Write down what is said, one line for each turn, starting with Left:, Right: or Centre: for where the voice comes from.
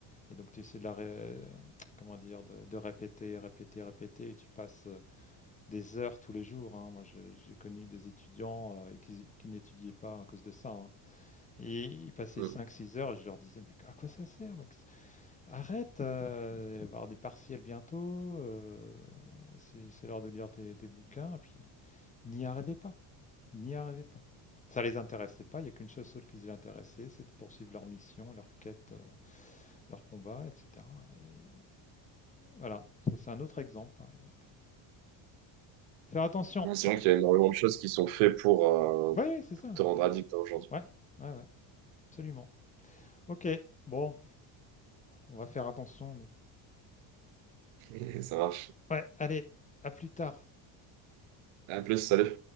Left: et donc tu essaies de la, ré- comment dire, de, de répéter, répéter, répéter, et tu passes euh, des heures tous les jours. hein. Moi, j'ai j'ai connu des étudiants euh, qui, qui n'étudiaient pas à cause de ça. hein. Et ils passaient
Right: Mm.
Left: cinq, six heures et je leur disais, mais à quoi ça sert, mec? Arrête, euh, il va y avoir des partiels bientôt, euh, c'est c'est l'heure de lire tes, tes bouquins, et puis ils n'y arrivaient pas, ils n'y arrivaient pas. Ça les intéressait pas, il n'y a qu'une seule chose qui les intéressait, c'est de poursuivre leur mission, leur quête, euh, leur combat, etc. Et, euh, voilà, ça c'est un autre exemple, par exemple. Faire attention.
Right: Non, C'est vrai qu'il y a énormément de choses qui sont faites pour, euh,
Left: Oui, c'est ça.
Right: pour te rendre addict hein, aujourd'hui.
Left: Ouais, ouais, ouais, absolument. Ok, bon, on va faire attention, nous.
Right: Et ça marche.
Left: Ouais, allez, à plus tard.
Right: À plus, salut.